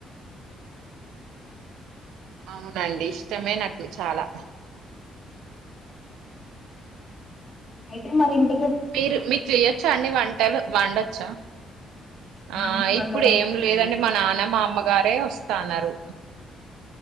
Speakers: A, on the right; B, on the left.
A: <inaudible> అవునండి ఇష్టమే నాకు చాలా
B: అయితే మరి ఏంటి
A: మీరు మీకు చెయొచ్చా అండి వంటలు వండొచ్చా ఆ
B: నాకు
A: ఇప్పుడు
B: వంట రాదండి
A: ఏం లేదండి మా నాన్న మా అమ్మగారే వస్తాన్నారు